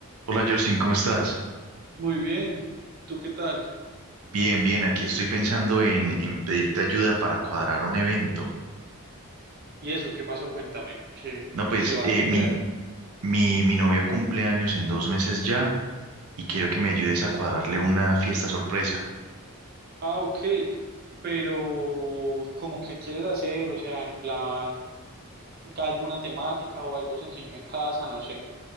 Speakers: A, on the right; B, on the right.
A: Hola Justin, ¿cómo estás?
B: Muy bien, ¿tú qué tal?
A: Bien, bien, aquí estoy pensando en, en pedirte ayuda para cuadrar un evento.
B: ¿Y eso qué pasó? Cuéntame, ¿qué,
A: No, pues
B: qué vas
A: eh,
B: a hacer?
A: mi, mi, mi novia cumple años en dos meses ya y quiero que
B: Mm,
A: me ayudes a cuadrarle una fiesta sorpresa.
B: Ah, ok, pero ¿cómo qué quieres hacer? O sea, en plan, alguna temática o algo sencillo en casa, no sé.